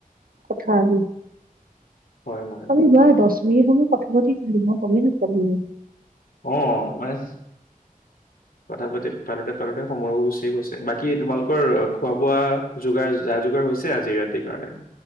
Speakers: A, on the right; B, on the left.
A: কথা আৰু
B: হয় হয় হয়।
A: আমি যোৱা দহ মিনিট সময় কথা পতি দিলি মই গমেই নাপালো
B: অ মানে কথা পাতি পাতোতে পাতোতে সময় গুচি গৈছে বাকী তোমালোকৰ খোৱা বোৱা যোগাৰ যা যোগাৰ হৈছে আজি ৰাতিৰ কাৰণে